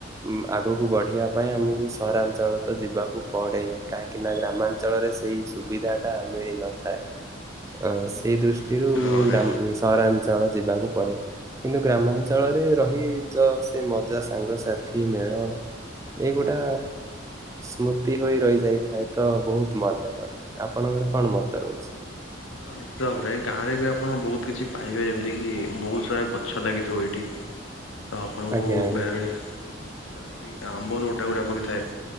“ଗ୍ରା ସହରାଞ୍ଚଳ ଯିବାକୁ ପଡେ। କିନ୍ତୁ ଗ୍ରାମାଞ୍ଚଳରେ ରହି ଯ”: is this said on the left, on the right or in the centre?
Right